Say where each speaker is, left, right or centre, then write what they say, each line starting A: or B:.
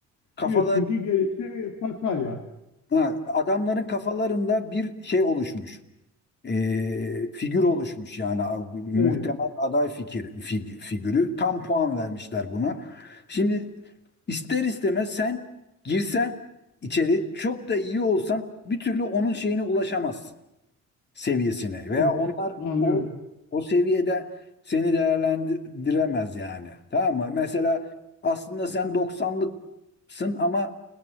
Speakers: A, on the left; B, on the left.
A: kafalar,
B: diyorsun ki gerisi fasulye.
A: ha, adamların kafalarında bir şey oluşmuş. E, figür oluşmuş yani muhtemel
B: Evet.
A: aday fikir fig- figürü tam puan vermişler buna. Şimdi ister istemez sen girsen içeri çok da iyi olsan bir türlü onun şeyine ulaşamazsın. seviyesine veya
B: Evet.
A: onlar
B: Anlıyorum.
A: o o seviyede seni değerlendiremez yani. Tamam mı? Mesela aslında sen doksanlıksın ama